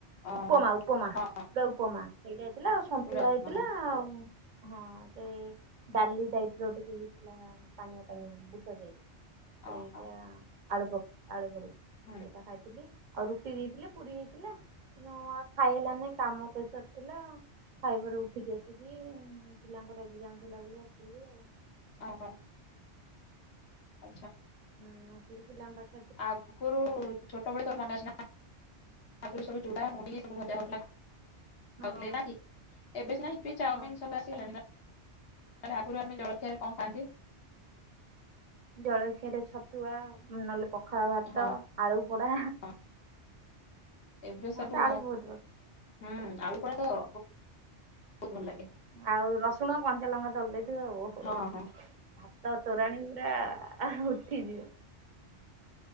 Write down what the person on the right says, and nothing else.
ଉପମା ଉପମା,
ଚୁଡ଼ା ଉପମା ସେଇଟା ହେଇଥିଲା ଆଉ ସନ୍ତୁଳା
ହେଇଥିଲା
ଆଉ ହଁ ସେ ଡାଲି ଟାଇପ୍ର ଟିକେ ହେଇଥିଲା, ପାଣିଆ ପାଣିଆ ବୁଟଯାଇ ସେଇଟା
ଆଳୁ ପ ଆଳୁ ପଡି,
ସେଇଟା ଖାଇଥିଲି। ଆଉ ରୁଟି ଦେଇଥିଲେ, ପୁରୀ ହେଇଥିଲା। ନୁଆ ଖାଇଲାନି କାମ ପ୍ରେସର ଥିଲା, ଖାଇବାରୁ ଉଠିକି ଆସିକି ପିଲାଙ୍କର ଏକ୍ଜାମ ଥିଲା ବୋଲି ଆସିଲି ଆଉ।
ଆଁ, ସେ ବି ପିଲାଙ୍କ ପା
ହଁ
ହଁ
ଜଳଖିଆ ରେ ଛତୁଆ, ନହେଲେ ପ ପଖଳ ଭାତ,
ଆଳୁ ପୋଡା,
ମୋର
ତ ଆଳୁ ବହୁତ ପ
ଆଉ ରସୁଣ କଞ୍ଚାଲଙ୍କା ଦଲ ଦେଇେଇଥିବୁ ଆଉ।
ଭାତ ତୋରାଣୀ ପୁରା ଆଃ ଉଠିଯିବ।